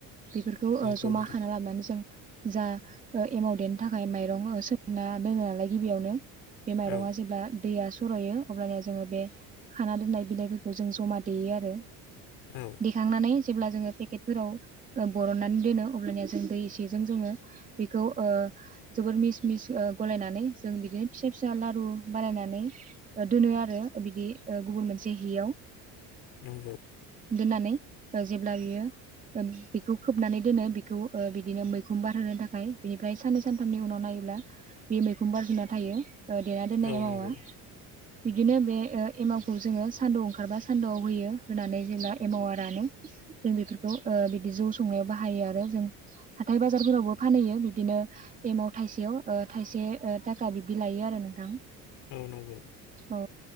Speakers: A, on the right (about 25°); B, on the left (about 75°).
A: बेफोरखौ ओ
B: नंगौ
A: जमा।
B: नोंथां
A: खाना लाबोनानै जों जा ओ एमाव देनो थाखाय माइरं सोमना दोनो नालाय गिबियावनो। बे माइरंआ
B: औ
A: जेब्ला दैया। सरायो अब्लनिया जोङो बे खाना दोननाय बिलाइफोरखौ जों जमा देयो आरो।
B: औ
A: दिखांनानै जेब्ला जोङो पेकेटफोराव ओ बरननानै दोनो। अब्लानिया जों दै इसेजों जोङो बेखौ ओ। जोबोर मिस मिस ओ गलायनानै जों बिदिनो फिसा फिसा लारु बानायनानै ओ दोनो आरो ओ बिदि ओ गुबुन मोनसे हियाव।
B: नंगौ
A: दोननानै ओ जेब्ला बियो ओ बेखौ खोबनानै दोनो बि खौ ओ बिदिनो मैखुन बारहोनो थाखाय बिनिफ्राय साननै सानथामनि उनाव नायोब्ला। बे मैखुं बारजुबना थायो ओ देना दोननाय
B: औ
A: एमावा।
B: नंगौ
A: बिदिनो बे ओ एमावखौ जोङो सान्दुआव ओंखारबा सान्दुआव होयो होनानै जेब्ला एमावा रानो। जों बेफोरखौ ओ बिदि जौ संनायाव बाहायो आरो जों। हाथाय बाजारफोरावबो फानहैयो बिदिनो एमव थाइसेयाव ओ थाइसे ओ थाखा बिब्दि लायो आरो नोंथां।
B: औ नंगौ।
A: औ